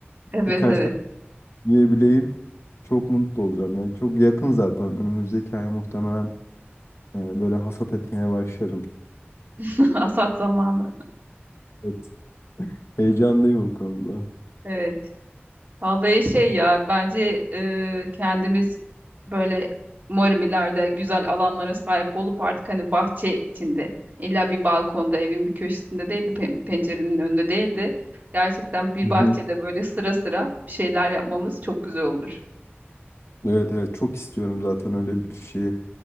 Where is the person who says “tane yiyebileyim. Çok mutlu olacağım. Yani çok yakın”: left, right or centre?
Left